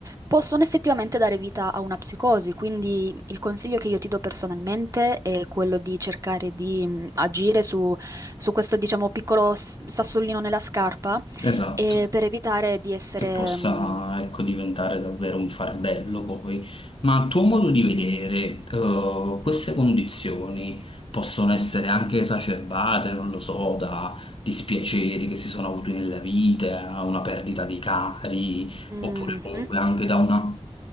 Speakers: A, on the right; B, on the left.
A: possono effettivamente dare vita a una psicosi, quindi il consiglio che io ti do personalmente è quello di cercare di mh, agire su, su questo, diciamo, piccolo s- sassolino nella scarpa
B: esatto.
A: e per evitare di essere...
B: che possa,
A: mh,
B: ecco, diventare davvero un fardello poi. Ma a tuo modo di vedere, eh, queste condizioni possono essere anche esacerbate, non lo so, da dispiaceri che si sono avuti nella vita, una perdita di cari,
A: mh,
B: oppure comunque
A: mh,
B: anche da una,